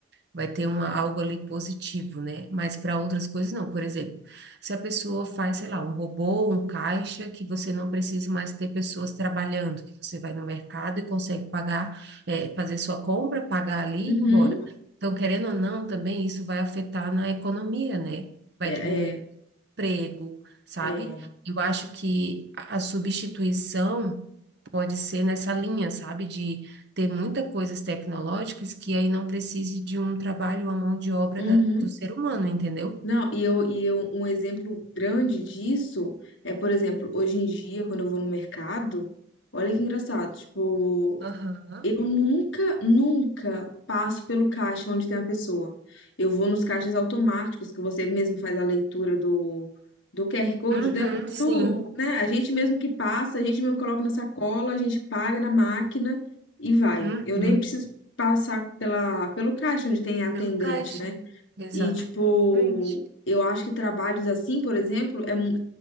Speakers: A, on the right; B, on the left.
A: vai ter um, algo ali positivo, né? Mas para outras coisas não. Por exemplo, se a pessoa faz, sei lá, um robô, um caixa, que você não precisa mais ter pessoas trabalhando, que você vai no mercado e consegue pagar, eh, fazer sua compra, pagar ali
B: uhum,
A: e ir embora. Então, querendo ou não, também isso vai afetar na economia, né? Vai
B: é,
A: diminuir
B: é,
A: o emprego, sabe?
B: é,
A: Eu acho que a a substituição pode ser nessa linha, sabe? De ter muitas coisas tecnológicas que aí não precise de um trabalho, à mão de obra
B: uhum.
A: da- do ser humano, entendeu?
B: Não, e eu, e eu, um exemplo grande disso é, por exemplo, hoje em dia, quando eu vou no mercado, olha que engraçado, tipo,
A: Aham.
B: eu nunca, nunca passo pelo caixa onde tem a pessoa. Eu vou nos caixas automáticos, que você mesmo faz a leitura do, do QR Code,
A: Uhum,
B: da,
A: sim.
B: do, né? A gente mesmo que passa, a gente mesmo coloca na sacola, a gente paga na máquina e vai.
A: Uhum.
B: Eu nem preciso passar pela, pelo caixa onde tem a atendente,
A: Pelo caixa.
B: né?
A: Exatamente.
B: E, tipo, eu acho que trabalhos assim, por exemplo, é mu-